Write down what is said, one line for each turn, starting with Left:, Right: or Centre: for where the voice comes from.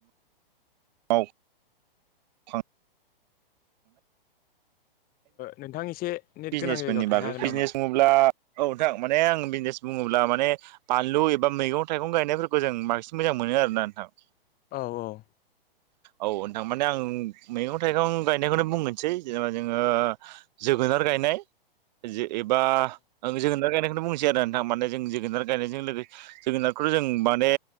Right: औ थां
Left: नोंथां एसे नेट
Right: बिजनेसफोरनि
Left: गोनां जायगायाव थानो
Right: बागै
Left: हागोन
Right: बिजनेस
Left: नामा
Right: बुङोब्ला औ नोंथां माने आं बिजनेस बुङोब्ला माने बानलु एबा मैगं थाइगं गायनायफोरखौ जों बांसिन मोजां मोनो आरोन ना नोंथां
Left: औ औ
Right: औ नोंथां माने आं मैगं थाइगं गायनायखौनो बुंगोनसै जेनेबा जोङो ज जोगोनार गायनाय एबा आं जोगोनार गायनायखौ बुंसै आरो नों माने जों जोगोनार गायनायजों जोगोनारखौथ जों माने